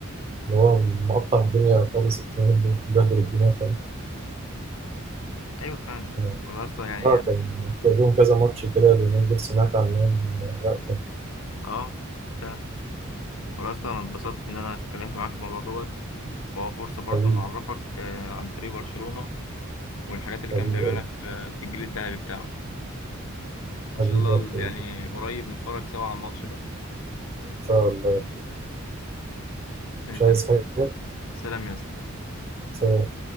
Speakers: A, on the right (about 30°); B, on the left (about 80°).
A: ان هو مقطع الدنيا خالص اليومين دول بهدل الدنيا خالص
B: ايوه فعلا
A: يعني
B: والله يا اسطى يعني
A: اه كان كان لهم كذا ماتش كده اليومين دول سمعت عنهم آه، لا
B: اه فعلا. خلاص ده انا اتبسطت ان انا اتكلمت معاك في الموضوع دوت وهو فرصة برضه
A: جامدين
B: نعرفك آه، عن فريق برشلونة والحاجات اللي
A: حبيبي
B: كان بيعملها في آه، في الجيل الذهبي بتاعه وان
A: حبيبي
B: شاء الله
A: يا أخوي.
B: يعني قريب نتفرج سوا على الماتش بقى
A: إن شاء الله يا أخوي.
B: ماشي
A: مش عايز
B: يا-
A: حاجة
B: سلام يا اسطى
A: سلام